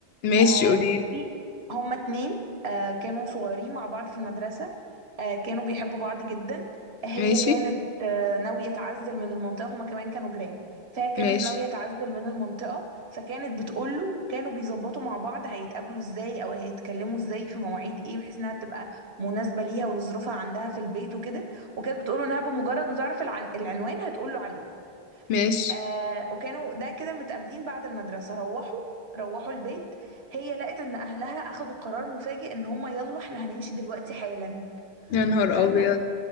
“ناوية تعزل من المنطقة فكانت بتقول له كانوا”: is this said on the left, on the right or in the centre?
Right